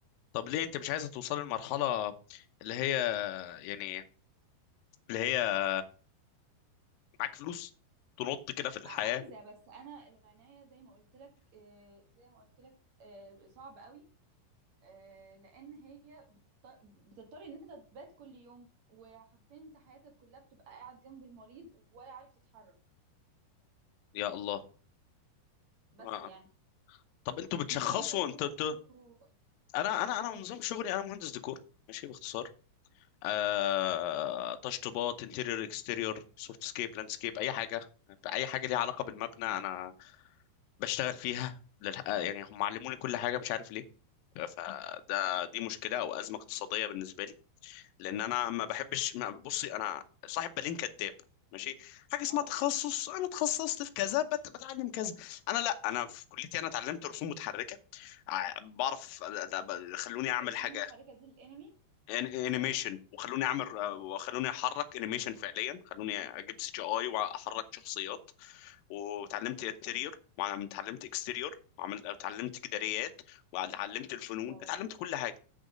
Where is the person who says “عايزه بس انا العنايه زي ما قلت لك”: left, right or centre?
Right